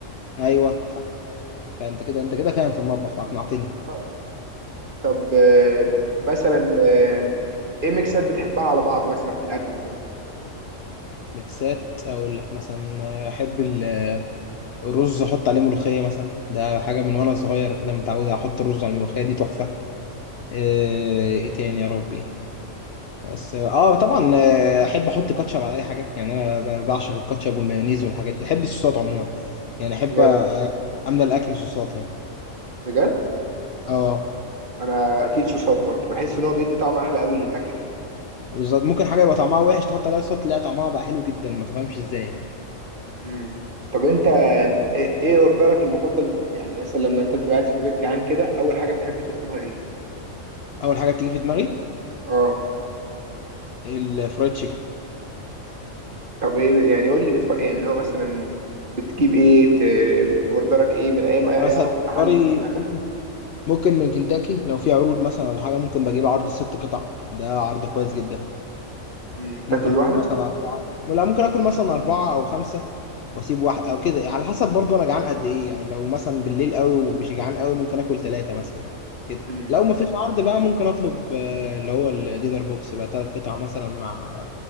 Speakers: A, on the left; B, on the right.
A: ايوه صح فانت كده انت كده فاهم في المطبخ فاقنعتني
B: آه. طب آه مثلا آه، ايه ميكسات بتحبها على بعض مثلا في الاكل وكده
A: ميكسات اقول لك مثلا آه، احب ال رز احط عليه ملوخيه مثلا ده حاجه من وانا صغير كده متعود احط الرز على الملوخيه دي تحفه آه، ايه تاني يا ربي بس اه طبعا آه، احب احط كاتشب على اي حاجه يعني انا ب- بعشق الكاتشب والمايونيز والحاجات دي احب الصوصات عموما يعني احب
B: بجد
A: آه، املى الاكل صوصات يعني
B: بجد
A: اه
B: انا قتيل صوصات برضو بحس ان هو بيدي طعم احلى قوي للاكل
A: بالظبط ممكن حاجه يبقى طعمها وحش تحط عليها صوص تلاقي طعمها بقى حلو جدا ما تفهمش ازاي يعني
B: امم طب انت ايه إيه اوردرك المفضل يعني مثلا لما انت بتبقى قاعد في البيت جعان كده اول حاجه بتحب تطلبها ايه
A: اول حاجه بتيجي في دماغي
B: اه
A: الفرايد تشيكن
B: طب ايه يعني قول لي بتف... يعني اللي هو مثلا بتجيب ايه ت... اوردرك ايه من اي م-
A: يعني
B: أي
A: مثلا الكاري
B: محل في دماغك
A: ممكن ممكن من كنتاكي لو في عروض مثلا ولا حاجة ممكن بجيب عرض ست قطع ده عرض كويس جدا
B: امم
A: ممكن
B: تاكله لوحدك
A: آكل مثلا أربعة لا ممكن آكل مثلا أربعة أو خمسة وأسيب واحد أو كده على حسب برضو أنا جعان قد إيه يعني لو مثلا بالليل قوي ومش جعان قوي ممكن آكل ثلاثة مثلا كده
B: امم
A: لو ما فيش عرض بقى ممكن أطلب آه، اللي هو الدينر بوكس بقى تلات قطع مثلا مع